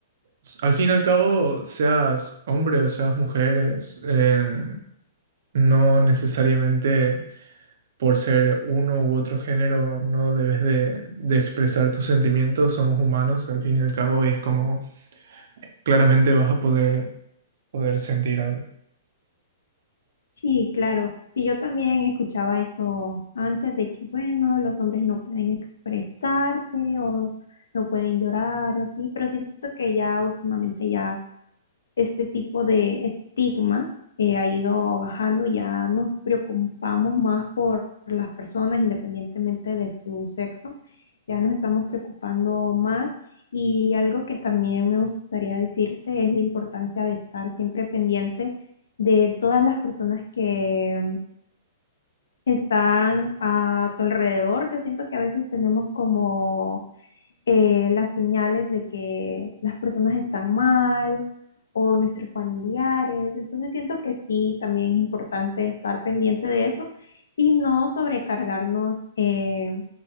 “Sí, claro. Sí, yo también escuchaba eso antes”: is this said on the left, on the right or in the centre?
Left